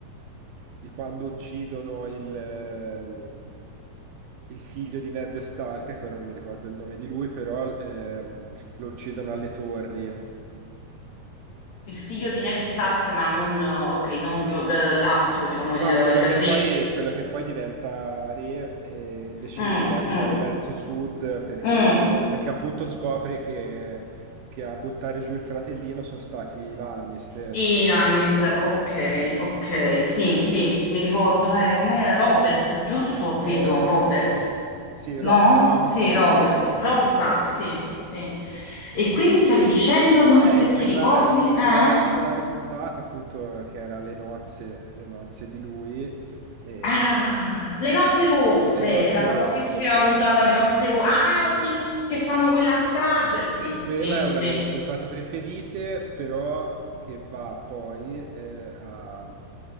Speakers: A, on the right; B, on the left.
A: di quando uccidono il, eh, il figlio di Ned Stark, che ora non mi ricordo il nome di lui, però ehm, lo uccidono alle torri.
B: Il figlio di Ned Stark, ma non, ok, non Gio- l'altro, diciamo, il,
A: No,
B: il
A: quello che
B: re.
A: poi, quello che poi diventa re e decide
B: Mm,
A: di marciare
B: mm,
A: verso sud perché,
B: mm.
A: perché appunto scopre che, che a buttare giù il fratellino sono stati i Lannister.
B: I Lannister, ok,
A: Eh,
B: ok, sì, sì, mi ricordo, eh, com'è Robert, giusto? Credo,
A: Eh,
B: Robert.
A: sì,
B: No?
A: Rob, Rob
B: Sì,
A: Stark,
B: Robert,
A: esatto,
B: Rob
A: sì,
B: Stark,
A: sì.
B: sì, sì. E quindi stavi dicendo, non
A: Eh,
B: so se
A: in quella,
B: ti ricordi,
A: in
B: eh?
A: quella particolare puntata, appunto, che era le nozze, le nozze di lui, eh,
B: Ah, Le nozze rosse,
A: le nozze
B: la famosissima
A: rosse,
B: puntata
A: esatto.
B: Le nozze rosse, ah sì, che fanno quella strage, sì,
A: Quella
B: sì,
A: è una
B: sì.
A: delle mie puntate preferite, però che va poi eh, a